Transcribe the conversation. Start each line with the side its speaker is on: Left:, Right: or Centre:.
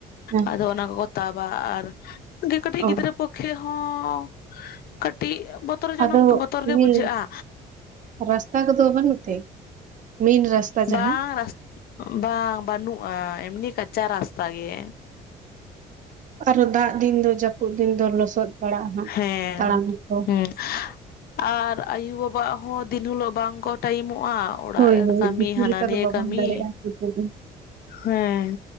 Right: ᱦᱮᱸ
Left: ᱟᱫᱚ ᱚᱱᱟ ᱠᱚᱠᱚ ᱛᱟᱵᱟ ᱟᱨ ᱠᱟᱹᱴᱤᱡ
Right: ᱚ
Left: ᱜᱤᱫᱽᱨᱟᱹ ᱯᱚᱠ ᱠᱷᱮ ᱦᱚᱸ ᱠᱟᱹᱴᱤᱡ ᱵᱚᱛᱚᱨ ᱡᱚᱱᱚᱠ
Right: ᱟᱫᱚ
Left: ᱵᱚᱛᱚᱨ ᱜᱮ
Right: ᱤᱭᱟᱹ
Left: ᱵᱩᱡᱷᱟᱹᱜᱼᱟ᱾
Right: ᱨᱟᱥᱛᱟ ᱠᱚᱫᱚ ᱵᱟᱹᱱᱩᱜ ᱛᱮ? ᱢᱮᱱ ᱨᱟᱥᱛᱟ ᱡᱟᱦᱟᱸ
Left: ᱵᱟᱝ ᱨᱟᱥ ᱵᱟᱝ ᱵᱟᱹᱱᱩᱜᱼᱟ, ᱮᱢᱱᱤ ᱠᱟᱪᱟ ᱨᱟᱥᱛᱟ ᱜᱮ᱾
Right: ᱟᱨᱦᱚᱸ ᱫᱟᱜ ᱫᱤᱱ ᱫᱚ ᱡᱟᱯᱩᱫ ᱫᱤᱱ ᱫᱚ ᱞᱚᱥᱚᱫ᱾ ᱯᱟᱲᱟᱜᱼᱟ ᱦᱟᱸᱜ
Left: ᱦᱮᱸ,
Right: ᱛᱟᱲᱟᱢ ᱠᱚ
Left: ᱦᱩᱸ, ᱟᱨ ᱟᱭᱩ ᱵᱟᱵᱟᱜ ᱦᱚᱸ ᱫᱤᱱ ᱦᱤᱞᱳᱜ ᱵᱟᱝ ᱠᱚ ᱴᱟᱭᱤᱢᱚᱜᱼᱟ, ᱚᱲᱟᱜ
Right: ᱦᱳᱭ ᱦᱳᱭ
Left: ᱨᱮ ᱠᱟᱹᱢᱤ
Right: ᱫᱤᱠᱩ
Left: ᱦᱟᱱᱟ
Right: ᱞᱮᱠᱟ
Left: ᱱᱤᱭᱟᱹ
Right: ᱫᱚ ᱵᱟᱵᱚᱱ
Left: ᱠᱟᱹᱢᱤ᱾
Right: ᱫᱟᱲᱮᱭᱟᱜᱼᱟ ᱯᱨᱚᱛᱮᱠ ᱫᱤᱱ
Left: ᱦᱮᱸ,